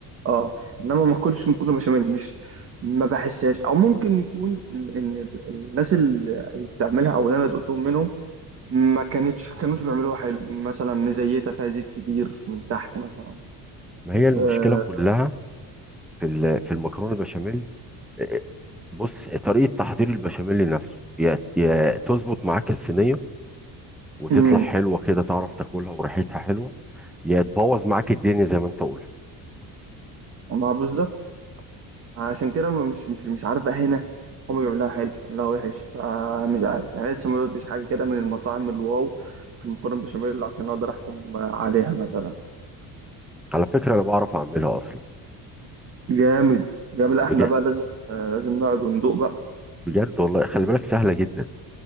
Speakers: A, on the right; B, in the centre.
A: اه انما ما اكلش مكرونه بشاميل مش ما بحسهاش او ممكن يكون ان إن ال- الناس ال- اللي بتعملها او اللي انا دقتهم منهم ما كانتش كانوش بيعملوها حلو مثلا مزيته فيها زيت كتير من تحت مثلا
B: ما هي المشكلة
A: آه،
B: كلها في ال- في المكرونة البشاميل آه، بص طريقة تحضير البشاميل نفسه يا يا تظبط معاك الصينية وتطلع
A: امم
B: حلوة كده تعرف تاكلها وريحتها حلوة يا تبوظ معاك الدنيا زي ما انت قلت
A: ما بالظبط عشان كده مش مش مش عارف بقى هنا هم بيعملوها حلو بيعملوها وحش آه مش عارف يعني لسه ما دوتش حاجه كده من المطاعم الواو في المكرونه بشاميل عشان اقدر احكم عليها مثلا
B: على فكرة انا بعرف اعملها اصلا
A: جامد جامد لا،
B: بجد
A: احنا بقى لازم آه لازم نقعد وندوق بقى
B: بجد والله خلي بالك سهلة جدا